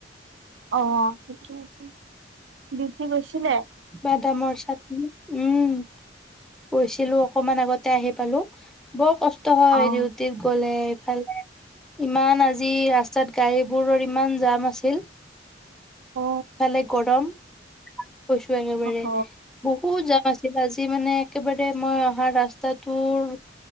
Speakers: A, on the right; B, in the centre.
A: অঁ থিকে আছে গৈছিলে
B: বাদামৰ চাটনি উম গৈছিলো অকনমান আগতে আহি পালো বৰ কষ্ট বৰ কষ্ট হয়
A: অ
B: ডিউটিত গ'লে ভালে ইমান আজি ৰাস্তাত গাড়ীবোৰৰ ইমান জাম আছিল
A: অ
B: ইফালে গৰম কৈছো একেবাৰে
A: অহ
B: বহুত জা আছিল আজি মানে একেবাৰে মই অহা ৰাস্তাটোৰ